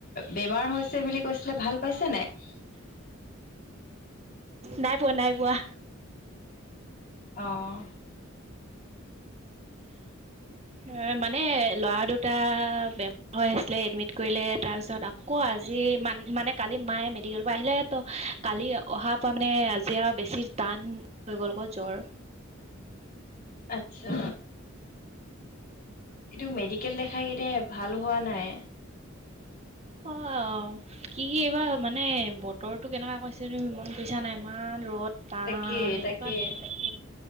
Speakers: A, on the left; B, on the right.
A: বেমাৰ হৈছে বুলি কৈছিলে ভাল পাইছে নাই
B: নাই পোৱা নাই পোৱা
A: অঁ
B: এ মানে ল'ৰা দুটা বেম হৈ আছিলে এডমিট কৰিলে তাৰপিছত আকৌ আজি মান মানে কালি মায়ে মেডিকেলৰ পৰা আহিলে ত কালি অহাৰ পৰা মানে আজি আউ বেছি টান হৈ গ'ল ক জ্বৰ
A: আচ্ছা এইটো মেডিকেল দেখাই কিনে ভাল হোৱা নাই
B: অ অ কি কি এইবাৰ মানে বতৰটো কেনেকুৱা কৰিছে তুমি মন কৰিছা নাই ইমান ৰ'দ ত
A: তাকে
B: নে
A: তাকে
B: <inaudible> নু ঘৰ লট লগ